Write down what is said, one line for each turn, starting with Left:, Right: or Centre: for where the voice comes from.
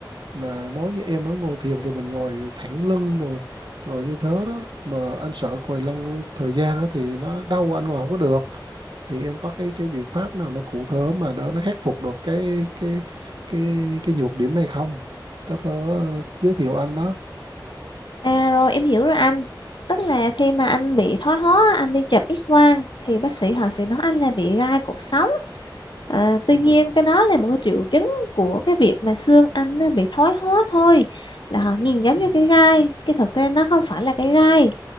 Right: mà nói như em nói ngồi thiền thì mình ngồi thẳng lưng rồi rồi như thế đó mà anh sợ ngồi lăn thời gian đó thì nó đau anh ngồi không có được thì em có cái cái biện pháp nào nó cụ thể mà đỡ nó khắc phục được cái cái cái cái nhược điểm này không có thể ờ, giới thiệu anh đó
Left: À rồi em hiểu rồi anh. Tức là khi mà anh bị thoái hóa, anh đi chụp X quang thì bác sĩ họ sẽ nói anh là bị gai cột sống. Ờ, tuy
Right: ừ.
Left: nhiên cái đó là một cái triệu chứng của cái việc mà xương anh nó bị thoái hóa thôi. Là họ nhìn giống
Right: Ừ.
Left: như cái gai, cái thực ra nó không phải là cái gai.